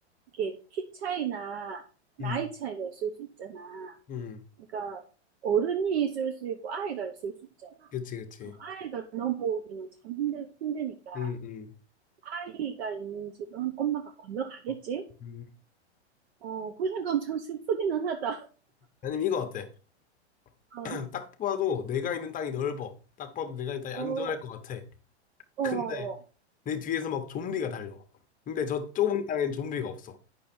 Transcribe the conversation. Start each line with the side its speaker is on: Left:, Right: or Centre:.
Right: 이게 키 차이나 나이
Left: 음,
Right: 차이가 있을 수 있잖아.
Left: 음.
Right: 그러니까 어른이 있을 수 있고 아이가 있을 수 있잖아.
Left: 그치, 그치.
Right: 그럼 아이가 넘어오기는 참 힘들, 힘드니까
Left: 음, 음.
Right: 아이가 있는 집은 엄마가 건너가겠지.
Left: 음.
Right: 어, 그 생각하면 참 슬프기는 하다.
Left: 아니면 이거 어때?
Right: <laughs>
Left: <clears throat> 딱 봐도 내가 있는 땅이 넓어. 딱 봐도 내가 있는 땅이
Right: 어,
Left: 안전할 것 같아.
Right: 어,
Left: 근데
Right: 어, 어,
Left: 내 뒤에서 막 좀비가 달려. 근데 저 좁은 땅엔 좀비가 없어.